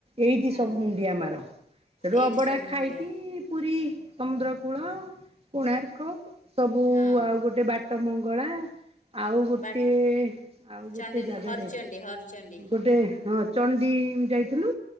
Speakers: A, on the right; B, on the left.
A: ଏଇଠି
B: ହଁ
A: ସବୁ ମୁଣ୍ଡିଆ ମାର
B: ଏଇଠି
A: ଅବଢା
B: ସବୁ
A: ଖାଇକି
B: ମୁଣ୍ଡିଆ
A: ପୁରୀ ସମୁଦ୍ର କୂଳ କୋଣାର୍କ ସବୁ
B: ହଁ
A: ଆଉ ଗୋଟେ ବାଟ ମଙ୍ଗଳା ଆଉ ଗୋଟେ
B: ବା
A: ଆଉ ଗୋଟେ
B: ଚଣ୍ଡୀ
A: ଜାଗା
B: ହରଚଣ୍ଡୀ
A: ଯାଇଥିଲୁ।
B: ହରଚଣ୍ଡୀ
A: ଗୋଟେ ହଁ ଚଣ୍ଡି ଯାଇଥିଲୁ